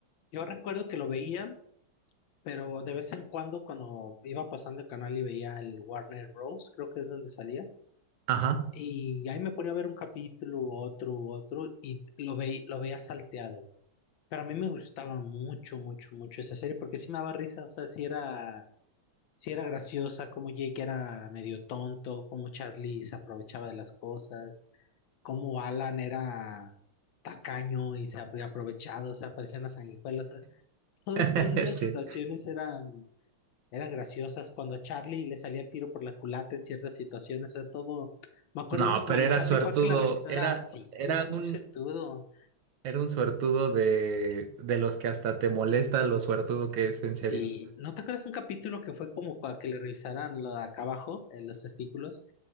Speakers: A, on the left; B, on the right.
A: Yo recuerdo que lo veía, pero de vez en cuando, cuando iba pasando el canal y veía el Warner Bros., creo que es donde salía,
B: Ajá.
A: y ahí me ponía a ver un capítulo, otro, otro, y lo, veí- lo veía salteado. Pero a mí me gustaba mucho, mucho, mucho esa serie porque sí me daba risa, o sea, sí era, sí era graciosa, como Jake era medio tonto, como Charlie se aprovechaba de las cosas, como Alan era tacaño y se había aprovechado, o sea, parecían a sanguijuela, o sea, todas,
B: <laughs>
A: todas esas
B: Sí.
A: situaciones eran, eran graciosas. Cuando a Charlie le salía el tiro por la culata en ciertas situaciones, o sea, todo. Me acuerdo
B: No,
A: una cuando
B: pero era
A: Charlie
B: suertudo,
A: fue a que la revisara,
B: era,
A: sí,
B: era
A: era muy
B: un,
A: certudo.
B: era un suertudo de, de los que hasta te molesta lo suertudo que es, en serio.
A: Sí, ¿no te acuerdas un capítulo que fue como para que le revisaran lo de acá abajo, en los testículos,